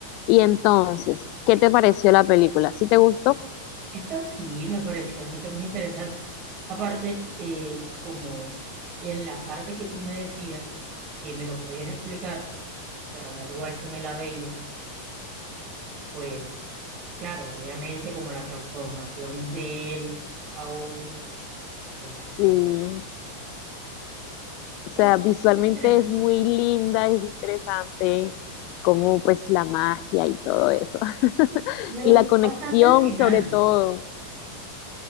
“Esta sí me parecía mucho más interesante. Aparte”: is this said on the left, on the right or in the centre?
Right